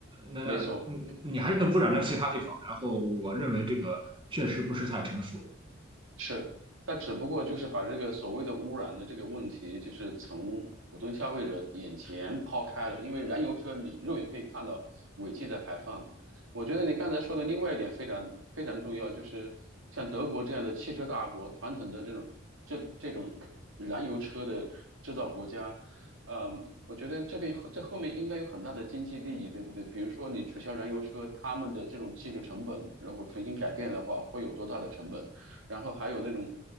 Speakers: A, on the right (about 25°); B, on the right (about 75°).
A: 那那嗯你还是污染了其他地方。
B: 没错。
A: 然后我认为这个确实不是太成熟。
B: 是，但只不过就是把这个所谓的污染的这个问题，就是从普通消费者眼前抛开了。因为燃油车你肉眼可以看到尾气在排放。我觉得你刚才说的另外一点非常非常重要，就是像德国这样的汽车大国，传统的这种这这种燃油车的制造国家，嗯，我觉得这边后这后面应该有很大的经济利益，对不对？比如说你取消燃油车，他们的这种技术成本，然后重新改变的话，会有多大的成本？然后还有那种